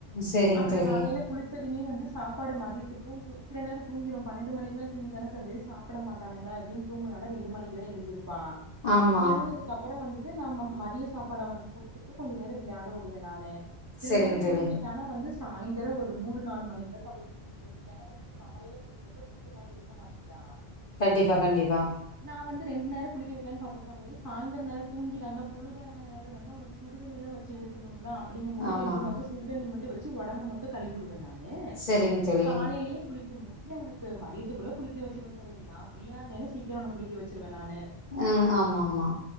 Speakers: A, on the left (about 50°); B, on the right (about 20°).
A: சேரிங்க
B: அப்புற
A: தோழி
B: காலையில குளிச்சதுமே வந்து சாப்பாடு மதியத்துக்கும் து சில நேர தூங்கிரு பன்னெண்டு மணிக்கெல்லா தூங்கிட்டானா சகோதரி சாப்பிட மாட்டானங்களா எப்பின்னு தூங்கினனா ரெண்டு மணிக்குதா எழுந்திருப்பா
A: ஆமா
B: எழுந்ததுக் அப் அப்புறோ வந்துட்டு நாம மதிய சாப்பாடு அவனுக்கு கொடுத்துட்டு கொஞ்சோ நேர விளையாட விடுவே நானு சில
A: சரிங்க
B: நேரோ
A: தோழி
B: தூங்கி ஆனா வந்து சாயந்தரம் ஒரு மூணு நாலு மணக்கு தா சகோதரி குளிக்க வைப்பே என வந்து காலையில குளிக்கவச்ச குளிச்ச மாரி இருக்க மாட்டிக்கிறா
A: கண்டிப்பா கண்டிப்பா
B: நா வந்து ரெண்டு நேர குளிக்க வைக்கலானு பாப்ப சகோதரி சாயந்தர நேர தூங்கிறார்களா பொழுது இறங்க நேர வந்து அவனுக்கு சுடுதண்ணி தா வச்சு ஊத்தனுங்களா அப்டிங்கபோது
A: ஆமா
B: ரெண்டு மக்கு சுடுதண்ணி மட்டு வச்சு உடம்ப மட்டு கழுவி உடுவே நானு ஏ
A: சரிங்க தோழி
B: காலைலயே சோ மோஸ்ட்லி அவனுக்கு மதியத்துக்குள்ள குளிக்க வச்சிருவே சகதரி நா ஃப்ரீயா இருந்தேனா சீக்கிரம் அவன குளிக்க வச்சருவே நானு
A: அ ஆமா ஆமா